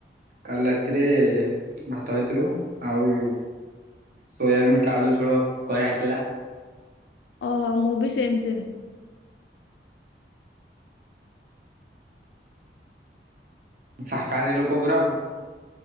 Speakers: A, on the right (about 50°); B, on the left (about 80°).
A: କାଲି ରାତିରେ ଭାତ ଖାଇଥିଲୁ ଆଉ ସୋୟାବିନ୍ କାଳୁ ଝୋଳ କରାହେଇଥିଲା।
B: ଓହୋ ମୁଁ ବି ସେମ୍ ସେମ୍।
A: ସାକାହାରି ଲୋକ ପୁରା ଆଉ।